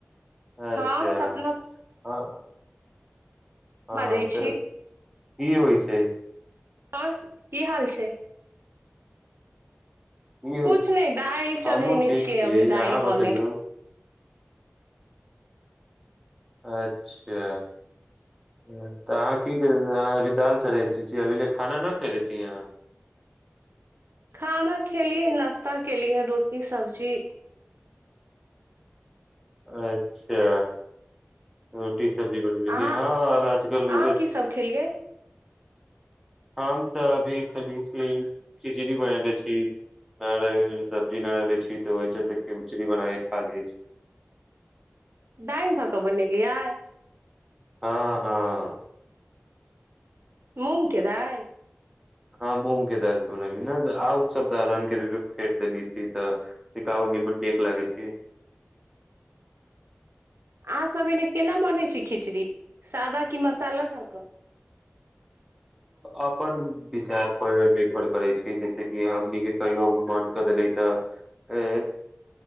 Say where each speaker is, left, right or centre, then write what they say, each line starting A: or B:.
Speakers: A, in the centre; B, on the right.
A: अच्छा
B: हँ सपना
A: हँ हँ
B: बाजै
A: त
B: छी
A: की ई होइ छै
B: आओर की हाल छै
A: की
B: किछ
A: हो
B: नहि दालि
A: हमहुँ
B: चढ़ेने
A: ठीक
B: छियै अभी दालि
A: अहाँ बतैयौ
B: बने
A: अच्छा तऽ अहाँ की अभी दाल चढ़ अभी ले खाना न खायले छी यहाँ
B: खाना खेलियै नाश्ता केलिये लिए रोटी सब्जी
A: अच्छा अच्छा ओ रोटी सब्जी बनवय छी
B: अहाँ
A: हँ आजकल
B: अहाँ
A: ओ
B: की सब खेलियै
A: हम तऽ अभी खाली छी खिचड़ी बननेे छी नहि रहल सब्जी नहि रहले छी तऽ ओहि चलते खिचड़ी बनाके खा लै छी
B: दाईल धए कऽ बनेलियै
A: हँ हँ
B: मूँग के दाल
A: हँ मूगके दाल बनेली आऊ सबदाहरणके फेट देली छी तऽ निकाउनी मन नीक लागै छी
B: अहाँसभ एने केना बनैत छै खिचड़ी सादा कि मसाला धऽ कऽ
A: अपन विचार पर निर्भर करै छै जैस कि हमने कहियो मन कऽ देले तऽ